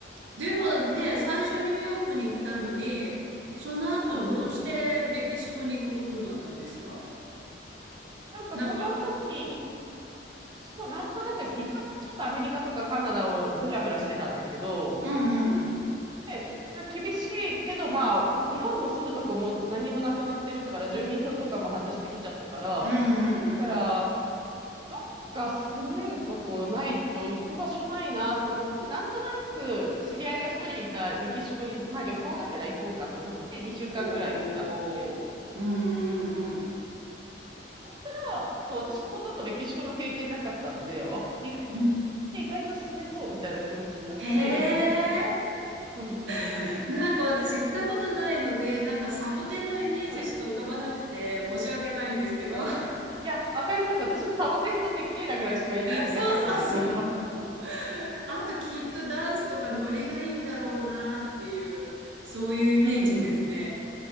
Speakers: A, on the right; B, on the right.
A: でもね、最初ニューヨークに行ったのに、その後どうしてメキシコに行くことになったんですか
B: うんうん。なんかその時、
A: なんか、
B: いそう、なんとなくです。一回ちょっとアメリカとかカナダをふらふらしてたんですけど、
A: うんうんうん。
B: で、まあ、厳しいけど、まあ、日本も住むとこも何もなくなってるから、住民票とかも外してきちゃったから、
A: うんうんうん。
B: だから、どっか住めるとこないと行く場所ないなと思って、なんとなく知り合いが一人いたメキシコに、まあ旅行がてら行こうかと思って2週間ぐらい来たんですね。
A: おー。うんうんうん。
B: そしたら、そう、私ほとんどメキシコの経験なかったんで、あ、意
A: うん。
B: 意外と住めそうみたいな気持ちになって、
A: へえ。
B: <laughs> うんうんうん。
A: <laughs> なんか私行ったことないので、なんかサボテンのイメージしか浮かばなくて申し訳ないんですけど。
B: はい。わかる。
A: <laughs> そう
B: いや、わかります。私もサボテンとテキーラぐらいしかイメージなかったんですよ。
A: そうそう。あときっとダンスとかノリがいいんだろうなっていう、そういうイメージですね。
B: <laughs> うんうん。